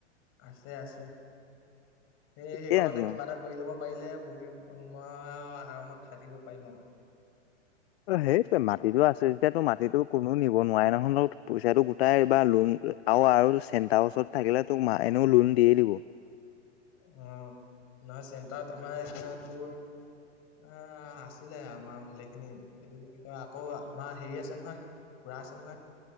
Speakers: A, on the left; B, on the left.
A: আছে আছে। সেই সেইখনতে
B: ঠিকে আছে
A: কিবা এটা কৰি ল'ব পাৰিলে বহি, মই আৰামত খাই থাকিব পাৰিম আৰু।
B: অ' সেই মাটিটো আছে যেতিয়া তোৰ মাটিতো কোনো নিব নোৱাৰে নহয়, পইচাটো তাই বা লোন আৰু আৰু চেন্টাৰৰ ওচৰত থাকিলে তোক এনেও লোন দিয়ে দিব।
A: অ' নহয় চেণ্টাৰত আমাৰ এতিয়া তোৰ অ' আছিলে আমাৰ ভালেখিনি, এইটো কি কয় আকৌ আমাৰ হেৰি আছে নহয়। খুৰা আছে নহয়।